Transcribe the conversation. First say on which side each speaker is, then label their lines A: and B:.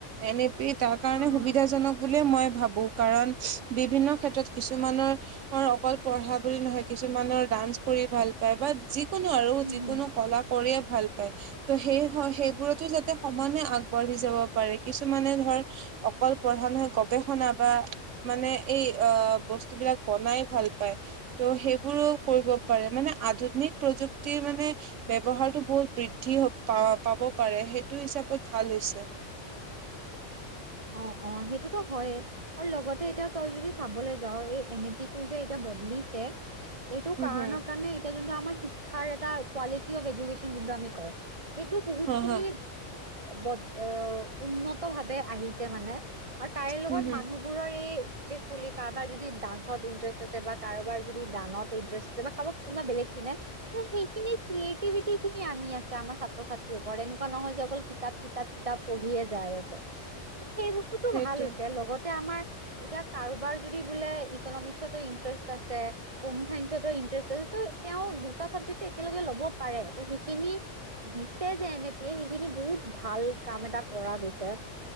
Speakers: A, on the right; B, on the right.
A: এনেতেই তাত কাৰণে
B: অ হ
A: সুবিধাজনক বুলিয়ে মই ভাবো। কাৰণ বিভিন্ন ক্ষেত্ৰত কিছুমানৰ অকল পঢ়া বুলি নহয় কিছুমানৰ ডান্স কৰি ভাল পায় বা যি কোনো আৰু
B: হুম
A: যিকোনো
B: হুম
A: কলা কৰিয়ে ভাল পায়। ত' সেই সেইবোৰতো যাতে সমানে আগবাঢ়ি যাব পাৰে। কিছুমানে ধৰ অকল পঢ়া নহয় গৱেষণা বা মানে এই আহ' বস্তু বিলাক বনাই ভাল পায়। ত' সেইবোৰো কৰিব পাৰে মানে আধুনিক প্ৰযুক্তিৰ মানে ব্যৱহাৰটো বহুত বৃদ্ধি পা-পাব পাৰে সেইটো হিচাপত ভাল হৈছে।
B: অঁ অঁ' সেইটোতো হয়য়ে। আৰু লগতে এতিয়া তই যদি চাবলৈ যাও এই এন এ পি টো যে এতিয়া বদলিছে এইটো
A: হম
B: কাৰণৰ
A: হম
B: কাৰণে এতিয়া যোনটো আমাৰ শিক্ষাৰ এটা কোৱালিটি অফ এডুকেশ্যন যোনটো আমি কওঁ সেইটো বহুত
A: হা
B: খিনি
A: হা
B: বদ অ উন্নত ভাৱে আহিছে মানে। আৰু তাইৰ লগত
A: হম হম
B: মানুহবোৰৰ এই যে বুলি কাৰোবাৰ যদি ডান্সত ইন্টাৰেষ্ট আছে বা কাৰোবাৰ যদি গানত ইন্টাৰেষ্ট আছে বাোব কোনোবা বেলেগ পিনে সেইখিনি ক্ৰিয়েটিভিটি খিনি আনি আছে আমাৰ ছাত্ৰ ছাত্ৰী এনেকুৱা নহয় যে অকল কিতাপ কিতাপ কিতাপ পঢ়িয়ে যাই আছে, ত সেইবোৰ টো
A: সেইটোৱে
B: ভাল হৈছে, লগতে আমাৰ এতিয়া কাৰোবাৰ যদি বোলে ইকনমিক্সতো ইন্টাৰেষ্ট আছে। হোম চাইন্সত ইন্টাৰেষ্ট আছে ত' তেওঁ দুটা চাবজেক্ট একেলগে ল'ব পাৰে। ত সেইখিনি দিছে যে এনেকেই সেইখিনি বহুত ভাল কাম এটা কৰা গৈছে।